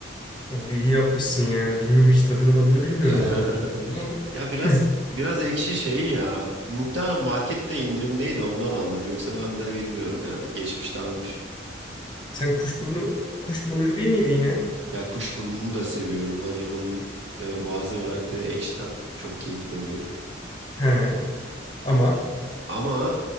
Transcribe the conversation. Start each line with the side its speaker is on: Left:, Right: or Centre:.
Left: abi iyi yapmışsın ya. Bilmiyorum hiç tadını madını bilmiyorum
Right: <laughs>
Left: ahududu çayının ama.
Right: Ya biraz
Left: <laughs>
Right: biraz ekşi şeyi ya. Muhtemelen markette indirimdeydi ondan aldım. Yoksa ben de bilmiyorum yani. Geçmişte almışım.
Left: Sen kuşburnu kuşburnucu değil miydin ya?
Right: Ya kuşburnunu da seviyorum. Hani onun e, boğazda bıraktığı ekşi tat çok keyifli oluyor.
Left: He. Ama
Right: Ama